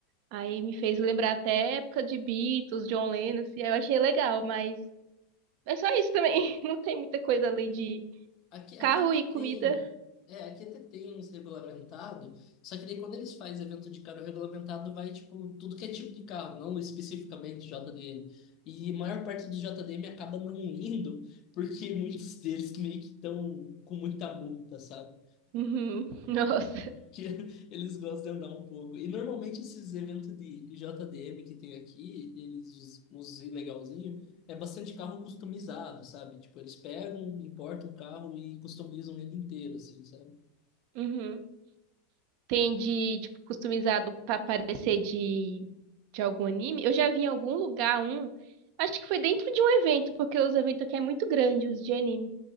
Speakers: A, on the right (about 60°); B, on the left (about 45°).
A: Aí me fez lembrar até a época de Beatles, John Lennon, assim, aí eu achei legal, mas é só isso também. <laughs> Não tem muita coisa além de
B: Aqui, aqui
A: carro
B: até
A: e comida.
B: tem. É, aqui até tem uns regulamentados, só que daí quando eles fazem evento de carro regulamentado, vai, tipo, tudo que é tipo de carro, não especificamente JDM. E a maior parte do JDM acaba não indo, porque muitos deles meio que estão com muita multa, sabe?
A: Uhum. <laughs> Nossa.
B: que <laughs> eles gostam de andar um pouco. E normalmente esses eventos de JDM que tem aqui, eles, os, os ilegalzinhos, é bastante carro customizado, sabe? Tipo, eles pegam, importam o carro e customizam ele inteiro, assim, sabe?
A: Uhum. Tem de, tipo, customizado pra parecer de, de algum anime. Eu já vi em algum lugar um, acho que foi dentro de um evento, porque os eventos aqui é muito grande, os de anime,